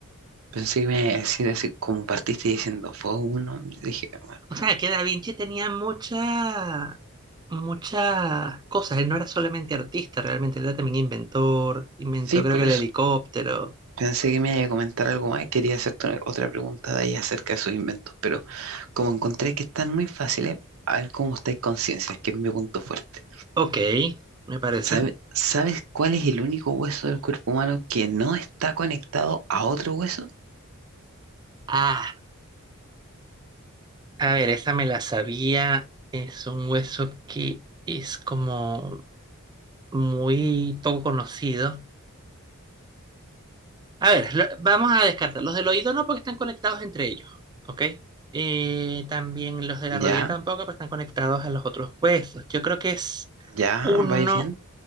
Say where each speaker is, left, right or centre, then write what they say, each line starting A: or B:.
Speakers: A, on the right; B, on the right.
A: Pensé que me iba a decir así, como partiste diciendo, fue un hombre. Dije, "Ah,
B: O sea, que Da Vinci tenía mucha, muchas cosas. Él no era solamente artista, realmente él era también inventor. Inventó,
A: sí,
B: creo
A: por
B: que el
A: eso.
B: helicóptero.
A: Pensé que me iba a comentar algo más. y Quería hacerte una- otra pregunta de ahí acerca de sus inventos, pero como encontré que están muy fáciles, a ver cómo estáis conciencias, que es mi punto fuerte.
B: Ok, me parece.
A: ¿Sabe- ¿Sabes cuál es el único hueso del cuerpo humano que no está conectado a otro hueso?
B: Ah. A ver, esa me la sabía. Es un hueso que es como muy poco conocido. A ver, lo- vamos a descartar. Los del oído no, porque están conectados entre ellos. ¿Ok? Eh, también los de la rodilla
A: Ya,
B: tampoco, porque están conectados a los otros huesos. Yo creo que es
A: ya,
B: uno
A: vais bien.